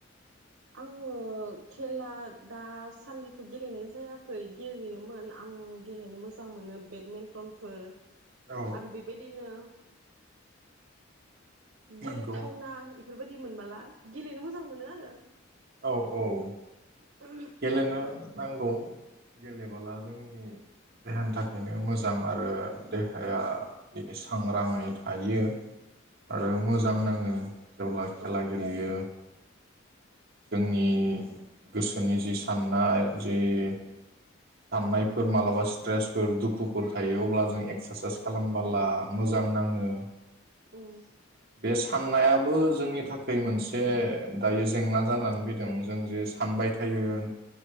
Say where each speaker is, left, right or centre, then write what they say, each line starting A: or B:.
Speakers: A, on the right; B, on the right.
A: आङो खेला दासान्दिथ गेलेनाय जायाखै गेलेयोमोन आं गेलेनो मोजां मोनो बेडमिन्टनफोर
B: औ
A: आरो बेबायदिनो
B: नंगौ
A: गेलेथावना बेफोरबायदि मोनबोला गेलेनो मोजां मोनो आरो
B: औ औ
A: <unintelligible>
B: गेलेनो नांगौ गेलेबोला जोंनि देहानि थाखायनो मोजां आरो हाया बे आं राङै थायो आरो मोजां नाङो जेब्ला खेला
A: औ
B: गेलेयो जोंनि गोसो जोंनि जि साननाय जि साननायफोर मालाबा स्ट्रेसफोर दुखुफोर थायो अब्ला जों एक्सारसाइस खालामबोला
A: औ
B: मोजां जां नाङो
A: उम
B: बे साननायाबो जोंनि थाखाय मोनसे दायो जेंना जानानै फैदों जों जे सान थायोमोन
A: औ